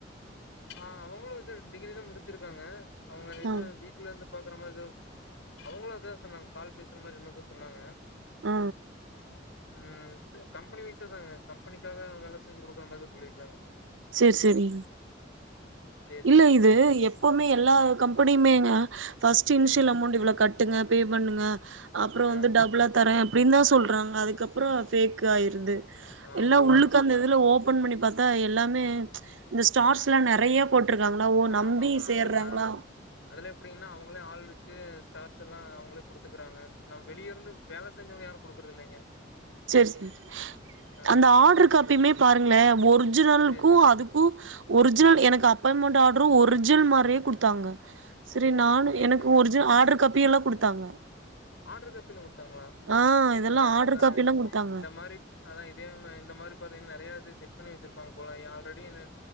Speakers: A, on the left (about 85°); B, on the right (about 80°).
A: ஆ அவங்களு இது டிகிரிதா முடிச்சிருக்காங்க அவங்க எதோ
B: ஆ,
A: வீட்ல இருந்து பாக்குற மாரி எதோ அவங்களு அதா சொன்னாங்க கால் பேசுற மாரி என்னமோதா சொன்னாங்க
B: ஆ
A: ம் செ கம்பெனி வைஸ்தாங்க கம்பெனிக்காக வேல செஞ்சு குடுக்குற மாரிதா சொல்லியிருக்கறாங்க
B: சேரி சேரி
A: சேரி
B: இல்ல
A: சேரிங்க
B: இது எப்பவுமே எல்லா கம்பெனியுமேங்க ஃபர்ஸ்ட் இனிஷியல்
A: சேரிங்க
B: அமௌண்ட் இவ்ளோ கட் டுங்க பே பண்ணுங்க அப்றோ
A: ஆ
B: வந்து டபுளா தரே அப்டின்தா சொல்றாங்க அதுக்கப்புறோ ஃபேக் ஆயிருது
A: ஆமாமாங்க
B: எல்லா உள்ளுக்கு அந்த இதுல ஓ ப்பன் பண்ணி பாத்தா எல்லாமே இந்த ஸ்டார்ஸ்லா நெறைய போட்டிருக்காங்களா, ஓ
A: ஆ
B: நம்பி
A: ஆமா ஆமா
B: சேர்றாங்களா?
A: அதல்லா அதல்லா எப்பிடினா அவங்களே ஆள் வெ ச்சு ஸ்டார்ஸ் எல்லா அவுங்களே குடுத்துக்கறாங்க நம்ப வெளிய இருந்து வேல செஞ்சவங்க யாரு குடு க்கறது இல்லைங்க
B: சேரி சே
A: ஆ
B: அந்த ஆர்டரு காப்பியுமே பாருங்களே ஒரிஜினலுக்கு
A: சேரி சேரிங்க
B: அதுக்கு ஒரிஜினல் எனக்கு அப்பாய்மெண்ட் ஆர்டரும ஒரிஜினல் மாரியே குடுத்தாங்க செரி
A: ஓ
B: நானு
A: சேரி
B: எனக்கு
A: சேரிங்க
B: ஒரிஜினல் ஆர்டரு காப் பி எல்லா குடுத்தாங்க
A: ஆட்ரு காப்பி எல்லா குடு த்தாங்களா
B: ஆ இதெல்லா
A: அதா
B: ஆர்டர்
A: அதாங்க
B: காப்பி எல்லா குடுத்தாங்க
A: இந்த மாரி அதா இதே மா இந்த மாரி பா்த்தீங்னா நெறைய இது செட் பண்ணி வச்சிருப்பாங்க போல ஆல்ரெடி னு